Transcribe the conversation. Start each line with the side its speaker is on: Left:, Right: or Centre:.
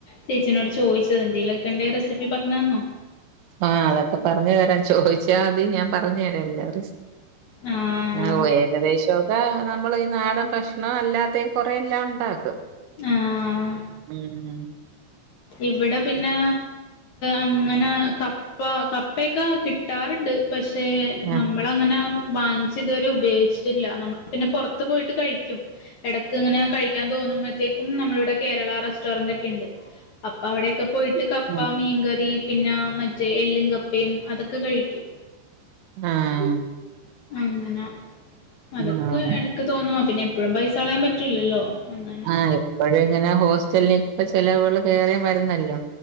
Left: ചേച്ചിനോട് ചോദിച്ചത് എന്തേലൊക്കെണ്ടേ റെസിപ്പി പറഞ്ഞു ന്നന്നോ
Right: ആഹ അതൊക്കെ പറഞ്ഞു തരാം ചോദിച്ചാൽ മതി ഞാൻ പറഞ്ഞു തരാം എല്ലാം
Left: ആഹ്
Right: ആ വ ഏകദേശോക്ക നമ്മള ഈ നാടൻ ഭക്ഷണോം അല്ലാത്ത കൊറെ എല്ലാം ഉണ്ടാക്കും
Left: ആഹ്
Right: ഉം ഉം
Left: ഇവിടെ പിന്നെ അങ്ങനെ കപ്പ കപ്പയൊക്കെ കിട്ടാറുണ്ട് പക്ഷേ
Right: ആഹ്
Left: നമ്മളങ്ങനെ വാങ്ങിച്ച ഇതുവരെ ഉപയോഗിച്ചിട്ടില്ല നമ്മൾ പിന്നെ പുറത്ത് പോയിട്ട് കഴിക്കും എടക്ക് ഇങ്ങനെ കഴിക്കാൻ തോന്നും കേക്കും നമ്മള ഇവിടെ കേരളാ റെസ്റ്റോറന്റ് ഒക്കെ ഉണ്ട് അപ്പൊ അവിടൊക്കെ പോയിട്ട് കപ്പ
Right: ആഹ്
Left: മീൻകറി പിന്നെ മറ്റേ എല്ലും കറി പ്പയും അതൊക്കെ കഴിക്കും
Right: ഉം
Left: അങ്ങന അതൊക്കെ
Right: ആഹ്
Left: എടക്ക് തോന്നുവ പിന്നെ എപ്പോഴും പൈസ കളയാൻ പറ്റൂലല്ലോ അങ്ങനെ
Right: ആ എപ്പഴും ഇങ്ങനെ ഹോസ്റ്റലില് ഇപ്പ ചെലവികള് വേറെയും വരുന്നല്ലോ